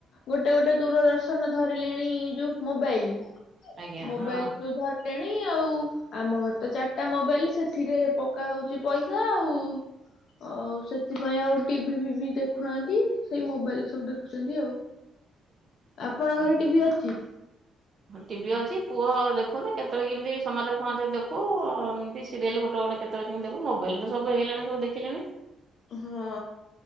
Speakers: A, on the left (about 65°); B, on the right (about 45°).
A: ଗୋଟେ ଗୋଟେ ଦୂରଦର୍ଶନ ଧରିଲେଣି ଯୋଉ ମୋବାଇଲ।
B: ଆଜ୍ଞା
A: ମୋବାଇଲ
B: ହଁ
A: ଯୋଉ ଧରିଲେଣି ଆଉ ଆମ ଘରେ ତ ଚାରିଟା ମୋବାଇଲ ସେଥିରେ ପ କା ହଉଛି ପଇସା ଆଉ। ଆଉ ସେଥିପାଇଁ ଆଉ ଟିଭି ଫିଭିି ଦେଖୁନାହାନ୍ତି। ସେଇ ମୋବାଇଲରେ ସବୁ ଦେଖୁଛନ୍ତି ଆଉ।
B: <inaudible>
A: ଆପଣଙ୍କ
B: ହଁ।
A: ଘରେ ଟିଭି ଅଛି?
B: ହଁ ଟିଭି ଅଛି ପୁଅ ଦେଖୁନି କେତେବେଳେ କେମିତି ସମାଚାର ଫମାଚାର ଦେଖୁଉ-ଉ-ଉ କି ସିରିଏଲ ଗୋଟେ ଗୋଟେ କେତେବେଳେ କେମିତି ଦେଖୁ। ମୋବାଇଲରେ ତ ସବୁ ହେଇଗଲାଣି ସବୁ ଦେଖିଲେଣି।
A: ହଁ।